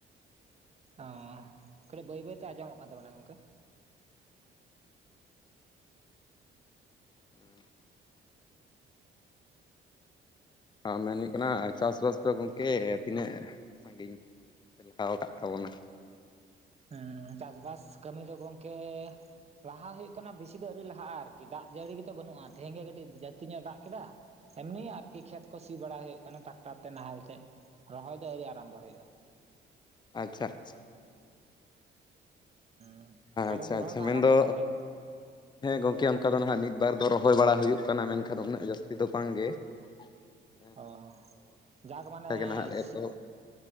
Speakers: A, on the right; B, on the left.
A: ᱚ ᱠᱟᱹᱴᱤᱡ ᱵᱟᱹᱭ ᱵᱟᱹᱭᱛᱮ ᱟᱸᱡᱚᱢᱚᱜ ᱠᱟᱱ ᱛᱟᱵᱤᱱᱟ ᱜᱚᱝᱠᱮ
B: <unintelligible> ᱢᱮᱱ ᱦᱩᱭᱩᱜ ᱠᱟᱱᱟ, ᱪᱟᱥᱵᱟᱥ ᱫᱚ ᱜᱚᱢᱠᱮ ᱛᱤᱱᱟᱹᱜ ᱥᱟᱺᱜᱤᱧ? ᱞᱟᱦᱟᱣ ᱟᱠᱟᱫ ᱛᱟᱵᱚᱱᱟ
A: ᱦᱮᱸ ᱪᱟᱥᱵᱟᱥ ᱠᱟᱹᱢᱤ ᱫᱚ ᱜᱚᱝᱠᱮ ᱞᱟᱦᱟ ᱦᱩᱭᱩᱜ ᱠᱟᱱᱟ ᱵᱮᱥᱤ ᱫᱚ ᱟᱣᱨᱤ ᱞᱟᱦᱟᱜᱼᱟ ᱟᱨᱠᱤ ᱫᱟᱜ ᱡᱟᱹᱲᱤ ᱜᱮᱛᱚ ᱵᱟᱹᱱᱩᱜᱼᱟ ᱛᱮᱦᱮᱧ ᱜᱮ ᱠᱟᱹᱴᱤᱡ ᱡᱟᱹᱥᱛᱤ ᱧᱚᱜ ᱫᱟᱜ ᱠᱮᱫᱟ ᱮᱢᱱᱤ ᱟᱨᱠᱤ ᱠᱷᱮᱛ ᱠᱚ ᱥᱤ ᱵᱟᱲᱟ ᱦᱳᱭᱳᱜ ᱠᱟᱱᱟ ᱴᱨᱟᱠᱴᱟᱨ ᱛᱮ ᱱᱟᱦᱮᱞ ᱛᱮ ᱨᱚᱦᱚᱭ ᱫᱚ ᱟᱣᱨᱤ ᱟᱨᱟᱢᱵᱚ ᱦᱳᱭᱳᱼᱟ
B: ᱟᱪᱪᱷᱟ, ᱟᱪᱪᱷᱟ
A: <inaudible> ᱟᱵᱮᱱ
B: ᱟᱪᱪᱷᱟ
A: ᱫᱚ ᱨᱚᱦᱚᱭ
B: ᱟᱪᱪᱷᱟ
A: ᱵᱮᱱ
B: ᱢᱮᱱᱫᱚ
A: ᱟᱨᱟᱢᱵᱚ ᱟᱠᱟᱫ ᱛᱮ
B: ᱦᱮᱸ ᱜᱚᱢᱠᱮ ᱚᱱᱠᱟ ᱫᱚ ᱱᱟᱜ ᱢᱤᱫ ᱵᱟᱨ ᱫᱚ ᱨᱚᱦᱚᱭ ᱵᱟᱲᱟ ᱦᱩᱭᱩᱜ ᱠᱟᱱᱟ ᱢᱮᱱᱠᱷᱟᱱ ᱩᱱᱟᱹᱜ ᱡᱟᱹᱥᱛᱤ ᱫᱚ ᱵᱟᱝ ᱜᱮ <unintelligible>
A: ᱚ ᱡᱟᱠ ᱢᱟᱱᱮ
B: ᱱᱟᱦᱟᱜ ᱞᱮ
A: ᱥᱤ
B: ᱮᱛᱚᱦᱚᱵ